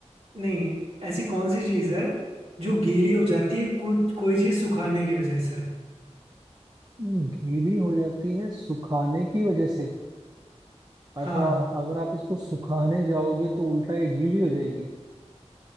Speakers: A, on the right; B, on the right.
A: नहीं ऐसी कौन सी चीज है जो गीली हो जाती है कुछ कोई चीज सुखाने की वजह से
B: हम्म, गीली हो जाती है सुखाने की वजह से अच्छा
A: हाँ
B: अगर आप इसको सुखाने जाओगे तो उल्टा ये गीली हो जाएगी